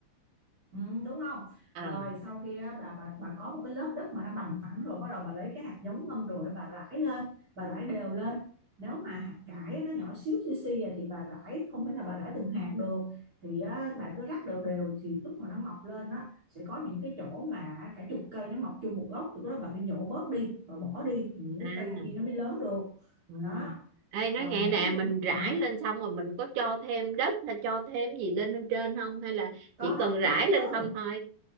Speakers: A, on the right; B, on the right.
A: Ừ, đúng không?
B: à,
A: Rồi
B: à.
A: sau khi á, bà bà bà có một cái lớp đất mà nó bằng phẳng rồi bắt đầu bà lấy cái hạt giống ngâm rồi bà rải lên, bà rải đều lên. Nếu mà hạt
B: Ừ.
A: cải á, nó nhỏ xíu xì xì à, thì bà rải không thể nào bà rải từng hạt được. Thì á, bà cứ rắc đều đều thì lúc mà nó mọc lên á sẽ có những cái chỗ mà cả chục cây nó mọc chung một gốc thì lúc đó bà phải nhổ bớt đi, bà bỏ đi thì những
B: à.
A: cái cây kia nó mới lớn được.
B: Ừ.
A: Đó,
B: Ê nói
A: còn
B: nghe
A: nếu
B: nè
A: như
B: mình rải
A: hả?
B: lên xong rồi mình có cho thêm đất hay cho thêm gì lên bên trên không hay là
A: Có,
B: chỉ cần rải
A: có
B: lên
A: chứ.
B: không thôi